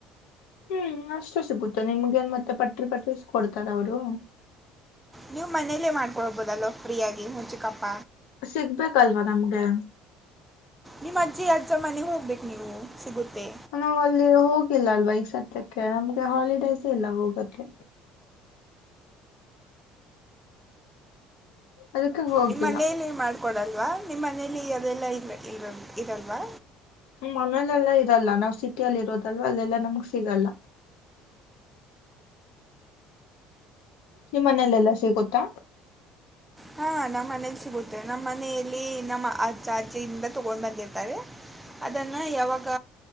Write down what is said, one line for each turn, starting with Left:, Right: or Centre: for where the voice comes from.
Left: ಹ್ಮ್ ಅಷ್ಟೇ ಸಿಗುತ್ತೆ ನಿಮ್ಗೆನ್ ಮತ್ತೆ ಪಟ್ರಿ ಪಟ್ರಿ ಕೊಡ್ತಾರ ಅವರು.
Centre: ನೀವು ಮನೇಲ್ಲೇ ಮಾಡ್ತೀ ಕೊಡ್ಬೋದಲ್ಲ ಫ್ರೀಯಾಗಿ ಹುಂಚಿಕಪ್ಪ
Left: ಸಿಗಬೇಕಲ್ವ ನಮಗೆ
Centre: ನಿಮ್ಮ ಅಜ್ಜಿ ಅಜ್ಜ ಮನೆಗೆ ಹೋಗ್ಬೇಕು ನೀವು ಸಿಗುತ್ತೆ
Left: ನಾವ ಅಲ್ಲಿ ಹೋಗಿಲ್ಲ ಅಲ್ವಾ ಸದ್ಯಕ್ಕೆ ನಮ್ಗೆ ಹಾಲಿಡೇಸ್ ಇಲ್ಲ ಹೋಗಕ್ಕೆ ಅದಕ್ಕೆ ಹೋಗಿಲ್ಲ
Centre: ನಿಮ್ಮ ಮನೇಲಿ ಮಾಡ್ಕೊಡಲ್ವಾ ನಿಮ್ಮ ಮನೇಲಿ ಅದೆಲ್ಲ ಇಲ್ಲ ಇರ ಇರಲ್ವಾ
Left: ಮನೇಲೆಲ್ಲಾ ಇದ ಎಲ್ಲ ನಾವ್ ಸಿಟಿ ಅಲ್ಲಿ ಇರೋದಲ್ವ. ಎಲ್ಲ ನಮ್ಗ್ ಸಿಗಲ್ಲ ನಿಮ್ಮ ಮನೇಲೆ ಎಲ್ಲಾ ಸಿಗುತ್ತಾ
Centre: ಹಾಂ ನಮ್ಮ ಮನೇಲಿ ಸಿಗುತ್ತೆ ನಮ್ಮ ಮನೆಯಲ್ಲಿ ನಮ್ಮ ಆ ಚಾರ್ಜಿಯಿಂದ ತಗೊಂಡು ಬಂದಿರ್ತಾರೆ ಅದನ್ನು ಯಾವಾಗ